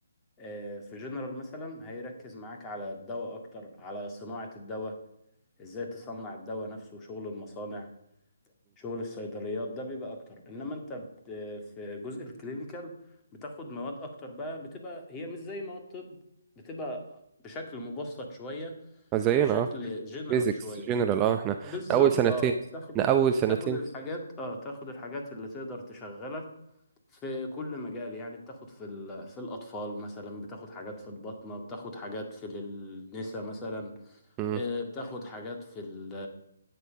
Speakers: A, on the left; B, on the right.
A: آه، في جنرال مثلا هيركز معاك على الدواء اكتر على صناعة الدواء ازاي تصنع الدواء نفسه شغل المصانع شغل الصيدليات ده بيبقى اكتر انما انت بت... في جزء الكلينيكال بتاخد مواد اكتر بقى بتبقى هي مش زي مواد طب بتبقى بشكل مبسط شوية
B: زينا
A: وبشكل
B: اه
A: جنرال
B: بيزكس
A: شوية
B: جنرال اه احنا إحنا
A: بالظبط
B: اول سنتين
A: اه تاخد
B: احنا اول سنتين
A: تاخد الحاجات اه تاخد الحاجات اللي تقدر تشغلك في كل مجال يعني بتاخد في ال- في الأطفال مثلا بتاخد حاجات في البطنة بتاخد حاجات في النساء مثلا
B: امم
A: آه، بتاخد حاجات في ال